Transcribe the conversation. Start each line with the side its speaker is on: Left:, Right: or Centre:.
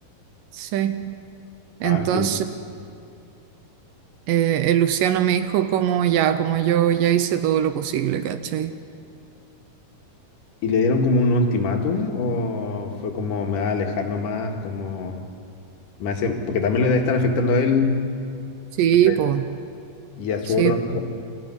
Right: Sí. Entonces...
Left: Ah, qué bien.
Right: Eh, el Luciano me dijo como ya, como yo ya hice todo lo posible, ¿cachai?
Left: ¿Y le dieron como un ultimátum o fue como me va a alejar nomás, como me hace, porque también le debe estar afectando a él
Right: Sí,
Left: ¿cachai?
Right: pues,
Left: y a su
Right: sí.
Left: otro amigo,